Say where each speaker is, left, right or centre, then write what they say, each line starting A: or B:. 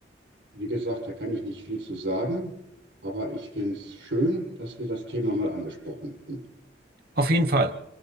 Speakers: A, on the right; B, on the right.
A: Wie gesagt, da kann ich nicht viel zu sagen, aber ich finde es schön, dass wir das Thema mal angesprochen hatten.
B: Auf jeden Fall.